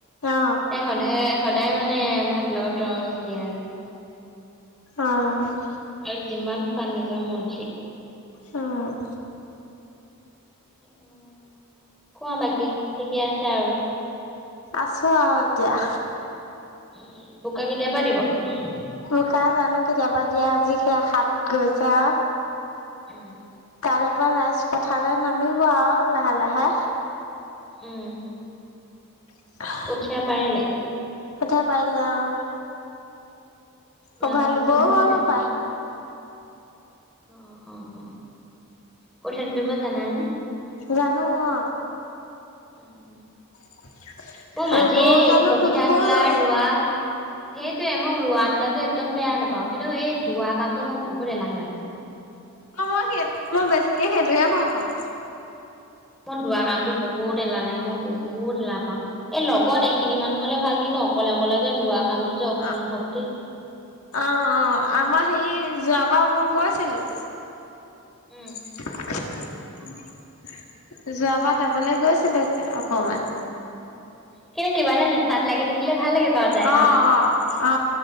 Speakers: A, on the left; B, in the centre.
A: অ
B: এ, সদায় সদায় মানে ভাতৰ লগত তৰমুজ দিয়ে আৰু।
A: অ'।
B: আৰু যিমান খোৱা নিজৰ মৰ্জি।
A: অ'।
B: অ' কোৱা বাকী ঠিকে আছে আৰু?
A: আছোঁ আৰু এতিয়া।
B: উম, বোকা কেতিয়াৰপা দিব?
A: বোকা জানো কেতিয়াবা দিয়ে, আজি সেই হাত লৈছে আৰু।
B: উম।
A: কাইলৈৰপৰা ৰাইজ পথাৰলৈ নামিব আৰু লাহে লাহে।
B: উম।
A: <unintelligible>
B: পঠিয়া পাৰিলে?
A: কঠীয়া পৰিলে অ'।
B: ডাঙৰ
A: অ' ভালিব
B: হৈছে নে কঠীয়া
A: নাপায়।
B: অ', অ'। কঠীয়া তুলিব জানানে?
A: জানো অ'।
B: অ অ
A: <inaudible>
B: মই মাটি
A: ৰুবও জানো
B: কঠিয়া
A: তুলিবও
B: তোলা,
A: জানো
B: ৰোৱা সেইটয়ে মোক ৰোৱা তোলা একদম বেয়া নাপাও কিন্তু এই দুৱা কামটো মই বহুত এলাহ লাগে মোক।
A: অ' মই সেই মই বেছিকে সেইটোয়ে ভাল পাওঁ।
B: মোৰ দুৱা কামটো বহুত এলাহ লাগে, মই বহুত এলাহ পাওঁ। এই লগত এইখিনি মানুহ হ'লে ভাল কিন্তু অকলে অকলে যে দুৱাৰ কামটো যে অসম্ভৱটি
A: অ অ', অ'। আমাৰ হেৰি যোৱাবাৰ মই গৈছিলোঁ।
B: উম।
A: যোৱাবাৰ যাবলৈ গৈছিলোঁ অকমান।
B: কিন্তু কিবা এটা নিচাত লাগি থাকিলে ভাল লাগিব আৰু। যায়
A: অ অ
B: ন'?
A: অ